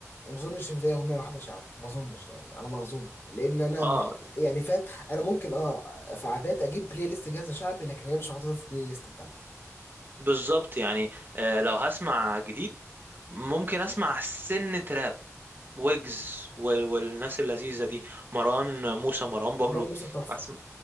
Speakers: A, on the left (about 40°); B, on the right (about 40°).
A: ما اظنش ان فيها اغنيه واحده شعبي ما اظنش يعني على ما اظن لان انا
B: اه
A: مش يعني فاهم انا ممكن اه في عادات اجيب بلاي ليست جاهزه شعبي لكن هي مش محطوطه في البلاي ليست بتاعتي
B: بالظبط يعني آه لو هسمع جديد ممكن اسمع سن تراب ويجز وال- والناس اللذيذة دي مروان موسى مروان بابلو
A: لو موسى تحفه
B: اسمع